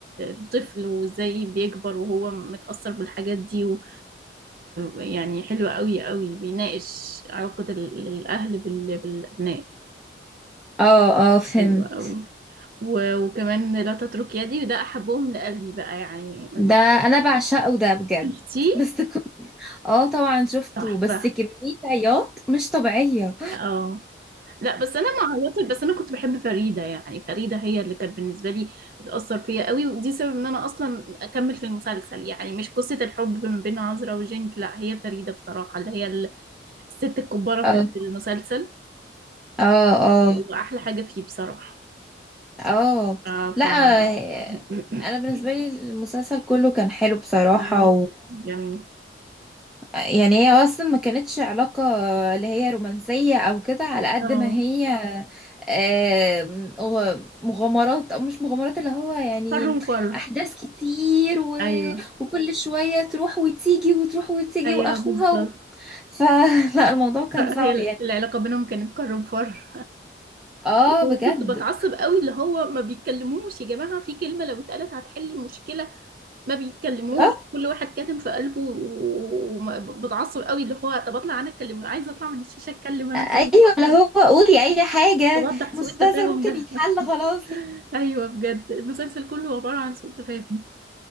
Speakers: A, on the right; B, in the centre.
A: الطفل وإزاي بيكبر وهو متأثر بالحاجات دي و يعني حلو قوي قوي بيناقش علاقة ال- الأهل بال- بالأبناء
B: اه اه فهمت
A: حلو قوي و- وكمان لا تترك يدي وده أحبهم لقلبي بقى يعني
B: ده انا بعشقه ده بجد
A: شفتيه
B: <laughs> بس ك- اه طبعا شفته
A: تحفة
B: بس كمية عياط مش طبيعية
A: اه لا بس انا ما عيطت بس انا كنت بحب فريده يعني فريده هي اللي كانت بالنسبه لي بتاثر فيا قوي ودي سبب ان انا اصلا اكمل في المسلسل يعني مش قصه الحب ما بين عذرا وجينك لا هي فريده بصراحه اللي هي ال- الست الكباره بتاعت
B: اه
A: المسلسل
B: اه اه
A: واحلى حاجه فيه بصراحه
B: اه
A: ف
B: لا
A: ف <coughs>
B: آه، انا بالنسبة
A: <clears throat>
B: لي المسلسل كله كان حلو بصراحة
A: جميل جميل
B: يعني هي اصلا ما كانتش علاقة اللي هي رومانسية او كده على قد
A: اه
B: ما هي آم، غ- مغامرات او مش مغامرات اللي هو يعني
A: فر وفر
B: احداث كتير و...
A: ايوه
B: وكل شوية تروح وتيجي وتروح وتيجي
A: ايوه
B: واخوها
A: بالظبط
B: و... فلا <laughs> الموضوع كان صعب
A: هي
B: يعني
A: العلاقه بينهم كانت كر وفر
B: اه
A: وكنت
B: بجد
A: بتعصب قوي اللي هو ما بيتكلموش يا جماعة في كلمة لو اتقالت هتحل المشكلة ما بيتكلموش
B: آه،
A: كل واحد كاتم في قلبه وبتعصب قوي اللي هو طب اطلع انا اتكلم لو عايزة اطلع من الشاشة اتكلم انا
B: ايوه
A: طيب
B: اللي هو قولي اي حاجة
A: طب اوضح سوء
B: مسلسل
A: التفاهم
B: ممكن
A: ده
B: يتحل خلاص
A: <laughs> ايوه بجد المسلسل كله عبارة عن سوء تفاهم